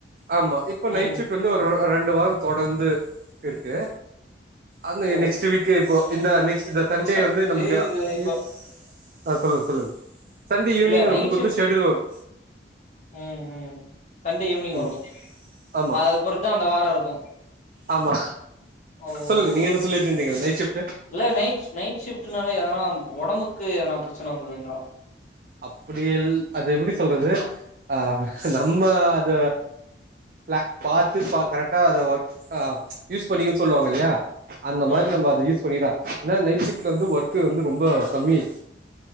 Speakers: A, on the right; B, on the left.
A: ஆமா இப்போ நைட்
B: ம்
A: ஷிப்ட்டு வந்து ஒரு ரெண்டு வாரோ தொடர்ந்து இருக்கு அந்த
B: ஓ
A: நெக்ஸ்ட்டு வீக் இப்போ இந்த நெக்ஸ்ட் சண்டே
B: கஷ்ட
A: வந்து நம்மளுக்கு
B: ஏய் இது இப்ப
A: இ அ சொல்லுங்க சொல்லுங்க சண்டே ஈவினிங்
B: இல்ல நைட்
A: நம்மளுக்கு
B: ஷிஃப்ட்
A: வந்து ஷெடியுல் வரு
B: ம் ம் சண்டே ஈவினிங் வரு
A: ம் ஆமா
B: அது பொறுத்தா அந்த வாரோ இருக்கு
A: ஆமா
B: ஓ
A: சொல்லுங்க நீங்க
B: ஓகே
A: ஏதோ சொல்லிட்டு
B: ஓகே
A: இருந்தீங்க நைட் ஷிஃப்ட்
B: இல்ல நைட் நைட் ஷிப்ட்னால எதனா ஒடம்புக்கு எதுன்னா ப்ரச்சன வந்ததுங்களா
A: அப்டி இல் அது எப்டி சொல்றது ஆ நம்ம அத ல பாத்து பா கரெக்டா அத ஒர்க் ஆ யூஸ் பண்ணீங்கன்னு சொல்லுவாங்க இல்லையா அந்த மாரி
B: ம்
A: நம்ம அத யூஸ் பண்ணிகிட்ட ஏன்னா நைட் ஷிப்ட்லருந்து ஒர்க் வந்து ரொம்ப கம்மி